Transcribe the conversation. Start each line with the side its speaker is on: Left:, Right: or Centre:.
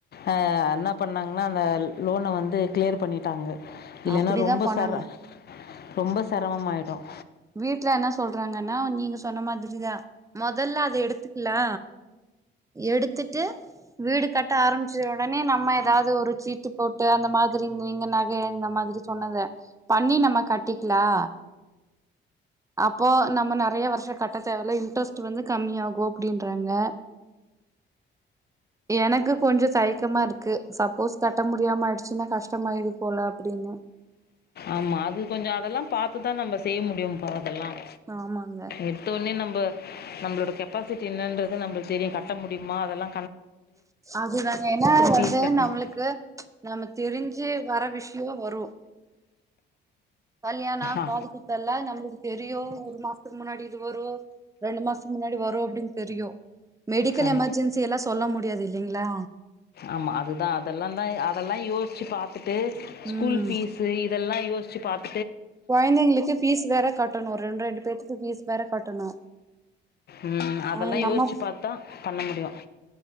Left: ஆஹ் என்ன பண்ணாங்கன்னா அந்த லோனை வந்து கிளியர் பண்ணிட்டாங்க இல்லனா
Right: அப்டிதா
Left: ரொம்ப
Right: பண்ணணு
Left: சர ரொம்ப ச சிரமமாயிடும்
Right: வீட்ல என்ன சொல்றாங்கன்னா நீங்க சொன்ன மாதிரிதா மொதல்ல அ எடுத்துக்கலா எடுத்துட்டு வீடு கட்ட ஆரம்பிச்ச உடனே நம்ம ஏதாவது ஒரு சீட்டு போட்டு அந்த மாதிரி நீங்க நகை இந்த மாதிரி சொன்னதை பண்ணி நம்ம கட்டிக்கலா அப்போ நம்ம நெறைய வருஷ கட்ட தேவல இன்ட்ரெஸ்ட் வந்து கம்மியாகு அப்பிடின்றாங்க எனக்கு கொஞ்ச தயக்கமா இருக்கு சப்போஸ் கட்ட முடியாமயிடுச்சுன்னா கஷ்டமாயிடு போல அப்பிடின்னு
Left: ஆமா அது கொஞ்ச அதெல்லா பாத்துதா நம்ம செய்ய முடியு பா எல்லாம்
Right: ஆமாங்க
Left: எத்தவொனே நம் ப்ப நம்மளோட கெப்பாசிட்டி என்னன்றது நம்மளுக்கு தெரியு கட்ட முடியுமா அதெல்லா
Right: அதுதங்க ஏன்னா
Left: ஃபீஸ்
Right: வந்து
Left: கட்டணும்
Right: நம்மளுக்கு நம்ம தெரிஞ்சு வர விஸ் கியூவா வரு கல்யாணம்
Left: ஆ
Right: காது குத்து எல்லா நம்மளுக்கு தெரியும் ஒரு மாசத்துக்கு முன்னாடி இது வரும் ரெண்டு மாசத்துக்கு முன்னாடி வரும் அப்பிடின்னு தெரியு மெடிக்கல்
Left: கண்
Right: எமர்ஜென்சி எல்லாம் சொல்ல முடி முடியாது இல்லைங்களா
Left: ஆமா அதுதா அதெல்லாம் தா அதெல்லா யோசிச்சு பாத்து ட்டு ஸ்கூல்
Right: ம்
Left: பீஸ் இதெல்லா யோசிச்சு பாத்
Right: கொழந்தைங்களுக்கு ஃபீஸ் வேற கட்டணு ரெண்டு ரெண்டு பேத்துக்கு ஃபீஸ் வேற கட்டணு
Left: உம் அதெல்லா
Right: ஆ நம்ம
Left: யோசிச்சு பாத்துதா பண்ண முடியும்